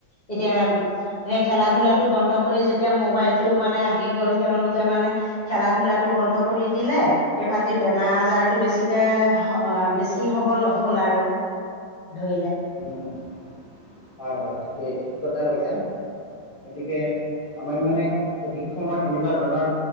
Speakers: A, on the left; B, on the left.
A: এতিয়া সেই খেলা ধূলাটো বন্ধ কৰি যেতিয়া মোবাইলটো মানে আহি গ'ল তেওঁলোকে মানে খেলা ধূলাটো বন্ধ কৰি দিলে এইফাল তি বেমাৰ আজাৰটো বেছিকে হ অ' বেছি হ'ব হ'ল আৰু, ধৰিলে।
B: উম উম, হয় হয়, ঠিকেই ঠিক কথা কৈছা, গতিকে আমি মানে অধিক সময় এনেকুৱা ধৰণৰ